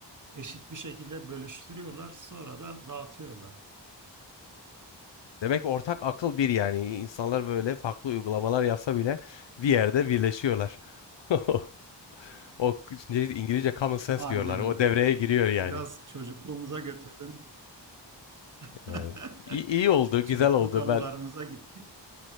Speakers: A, on the right; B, on the left.
A: Eşit bir şekilde bölüştürüyorlar. Sonra da dağıtıyorlar.
B: Demek ortak akıl bir yani. İnsanlar böyle farklı uygulamalar yapsa bile bir yerde birleşiyorlar. <laughs> O İngilizce common sense
A: Aynen
B: diyorlar. O
A: öyle.
B: devreye giriyor yani.
A: Biraz çocukluğumuza götürdün. <laughs>
B: Evet. İyi, iyi oldu,
A: Çocukluk
B: güzel oldu.
A: anılarımıza
B: Ben
A: gittik.